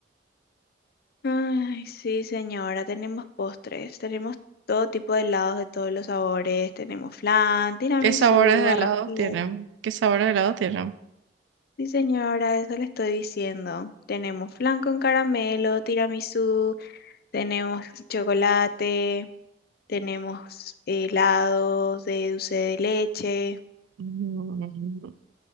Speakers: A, on the left; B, on the right.
A: Ay, sí, señora. Tenemos postres. Tenemos todo tipo de helados de todos los sabores. Tenemos flan, tiramisú,
B: ¿Qué sabores de
A: arroz
B: helado
A: con
B: tienen?
A: leche.
B: ¿Qué sabores de helado tienen?
A: Sí, señora, eso le estoy diciendo. Tenemos flan con caramelo, tiramisú, tenemos chocolate, tenemos helados de dulce de leche.
B: Mm.